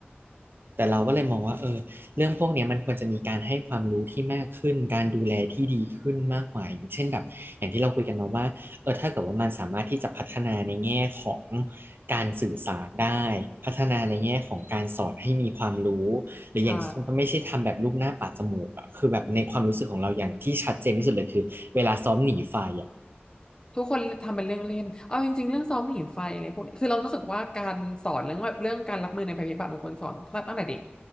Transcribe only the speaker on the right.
แต่เราก็เลยมองว่าเออเรื่องพวกเนี้ยมันควรจะมีการให้ความรู้ที่มากขึ้นการดูแลที่ดีขึ้นมากกว่าอย่างเช่นแบบอย่างที่เราคุยกันมาว่าเออถ้าเกิดว่ามันสามารถที่จะพัฒนาในแง่ของการสื่อสารได้พัฒนาในแง่ของการสอนให้มีความรู้หรืออย่างไม่ใช่ทำแบบรูปหน้าปาดจมูกอะคือแบบในความรู้สึกของเราอย่างที่ชัดเจนที่สุดเลยคือเวลาซ้อมหนีไฟอะ